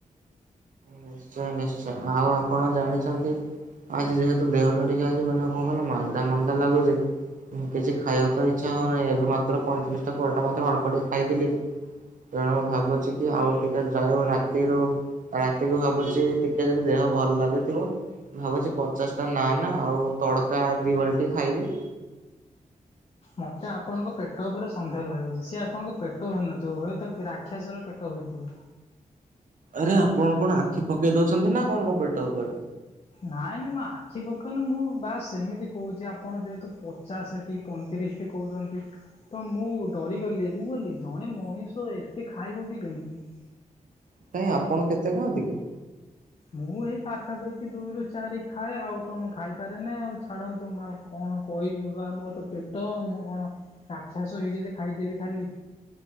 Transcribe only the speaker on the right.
ନିଶ୍ଚୟ ନିଶ୍ଚୟ ଆଉ ଆପଣ ଜାଣିଛନ୍ତି ଆଜି ଯେହେତୁ ଦେହଟା ଟିକେ ଆଜି ମାନେ କଣ କହିଲ ମାନ୍ଦା ମାନ୍ଦା ଲାଗୁଛି। କିଛି ଖାଇବାକୁ ତ ଇଚ୍ଛା ହଉନାହିଁ ଏବେ ମାତ୍ର ପଇଁତିରିଶଟା ପରଟା ମଧ୍ୟ ଅଳ୍ପଟିକେ ଖାଇଦେଲି। ତେଣୁ ଭାବୁଛିକି ଆଉ ଟିକେ ଯାଉ ରାତିରୁ ଉ ରାତିକୁ ଭାବୁଛି ଟିକେ ଯଦି ଦେହ ଭଲ ଲାଗୁଥିବ ଭାବୁଛି ପଚାଶଟା ନାନ୍ ଆଉ ତଡ଼କା ଦୁଇ ବାଲଟି ଖାଇବି।
ଆରେ ଆପଣ କଣ ଆଖି ପକେଇ ଦଉଛନ୍ତି ନା କଣ ମୋ ପେଟ ଉପରେ?
କାଇଁ ଆପଣ କେତେ ଖାଆନ୍ତି କି?